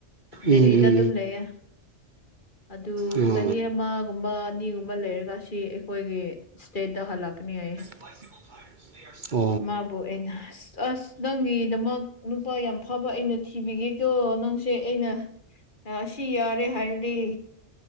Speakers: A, on the left; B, on the right.
A: ꯗ‌ꯦꯂꯤꯗ
B: ꯎꯝ ꯎꯝ
A: ꯑꯗꯨꯨꯝ ꯂꯩꯌ‌ꯦ ꯑꯗꯨ
B: ꯎꯝ ꯑꯣ
A: ꯆꯍꯤ ꯑꯃꯒꯨꯝꯕ ꯑꯅꯤꯒꯨꯝꯕ ꯂꯩꯔꯒ ꯁꯤ ꯑꯩꯈꯣꯏꯒꯤ ꯁꯇꯦꯠꯗ ꯍꯜꯂꯛꯀꯅꯤ ꯍꯥꯏꯌꯦ
B: <unintelligible>
A: ꯃꯥꯕꯨ ꯑꯩꯅ ꯑ ꯑꯁ ꯅꯪꯒꯤꯗꯃꯛ ꯅꯨꯄꯥ ꯌꯥꯝ ꯐꯕ ꯑꯩꯅ ꯊꯤꯕꯤꯒꯦꯀꯣ ꯅꯪ ꯁꯦ ꯑꯩꯅ ꯁꯤ ꯌꯥꯔꯦ ꯍꯥꯏꯔꯗꯤ